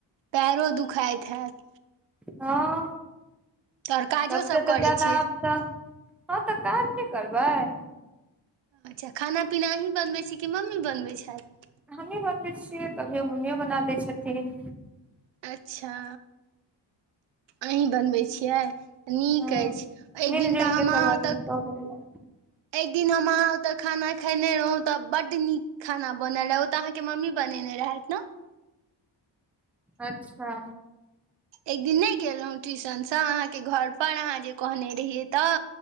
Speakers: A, on the right; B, in the centre.
A: पैरो दुखाइत हैत
B: हँ
A: आओर काजो
B: सबस
A: सब
B: त
A: करै
B: ज्यादा
A: छियै
B: आब त हँ तऽ काज नहि करबय
A: अच्छा खाना पीना अही बनबैत छी कि मम्मी बनबैत छैथ
B: हमही बनबै छियै कभियो मम्मियो बना दै छथिन
A: अच्छा अही बनबै छियै नीक
B: हँ
A: अछि एक
B: मिल
A: दिन
B: जुल
A: त हम
B: के सब
A: ओत
B: आदमी
A: एक
B: कऽ लेलहुँ
A: एक दिन हम अहा ओते खाना खेने रहौं तऽ बड्ड नीक खाना बनल रहे ओ त अहाँ के मम्मी बनेने रहे <unintelligible>
B: अच्छा
A: एक दिन नहि गेल रहू ट्यूशनसँ अहाँके घर पर अहाँ जे कहने रहियै त